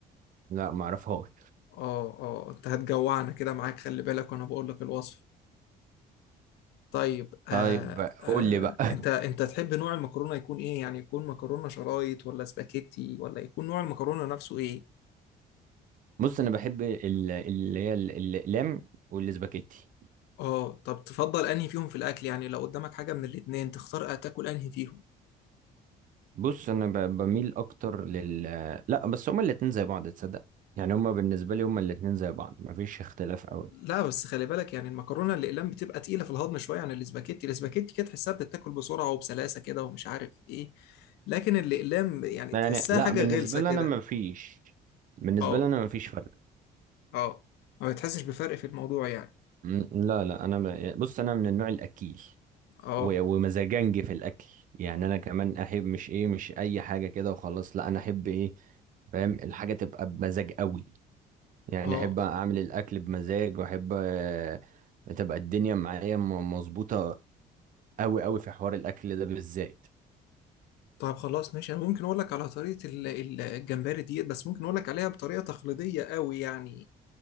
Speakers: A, on the right (about 50°); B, on the left (about 80°).
A: لا ما اعرفهاش
B: اه اه انت هتجوعنا كده معاك خلي بالك وانا بقول لك الوصف طيب آه
A: طيب
B: آه
A: قول لي بقى
B: انت انت
A: <laughs>
B: تحب نوع المكرونه يكون ايه يعني يكون مكرونه شرايط ولا سباكيتي ولا يكون نوع المكرونه نفسه ايه
A: بص انا بحب ال- اللي هي ال- الاقلام والسباكيتي
B: اه طب تفضل انهي فيهم في الاكل يعني لو قدامك حاجه من الاتنين تختار تاكل انهي فيهم
A: بص انا ب- بميل اكتر لل لا بس هما الاتنين زي بعض تصدق يعني هما بالنسبة لي هما الاتنين زي بعض ما فيش اختلاف قوي
B: لا بس خلي بالك يعني المكرونه الاقلام بتبقى تقيله في الهضم شويه عن الاسباجيتي الاسباجيتي كده تحسها بتتاكل بسرعه وبسلاسه كده ومش عارف ايه لكن الاقلام يعني
A: لا
B: تحسها
A: يعني لا
B: حاجه
A: بالنسبة
B: غلسه
A: لي
B: كده
A: انا ما فيش بالنسبة
B: اه
A: لي انا ما فيش فرق
B: اه ما بتحسش بفرق في الموضوع يعني
A: م- لا لا انا ب... بص انا من النوع الاكيل
B: اه
A: و- ومزاجنج في الاكل يعني انا كمان احب مش ايه مش اي حاجه كده وخلاص لا انا احب ايه فاهم الحاجه تبقى بمزاج قوي يعني
B: اه
A: احب اعمل الاكل بمزاج واحب آه، تبقى الدنيا معايا م- مظبوطه قوي قوي في حوار الاكل ده بالذات
B: طب خلاص ماشي انا ممكن اقول لك على طريقه ال- ال- الجمبري ديت بس ممكن اقول لك عليها بطريقه تقليديه قوي يعني